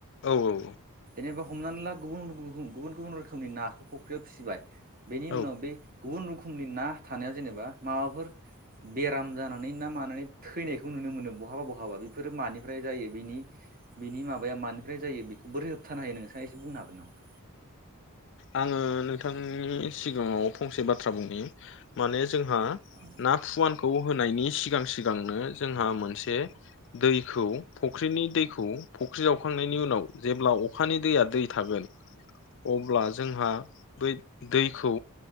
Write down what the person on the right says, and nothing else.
जेनेबा हमनानै ला गुबुन गुबुन रोखोमनि नाखौ फ'ख्रियाव फिसिबाय बेनि
उनाव गुबन रोखोमनि ना थानायाव जेनेबा माबाफोर बेराम जानानै ना मानानै थैनायखौ नुनो मोनो। बहाबा बहाबा बेफोरो मानिफ्राय जायो बिनि बिनि माबाया मानिफ्राय जायो बेखौ बोरै होबथानो हायो नोंथां एसे बुंनो हागोन नामा?
औ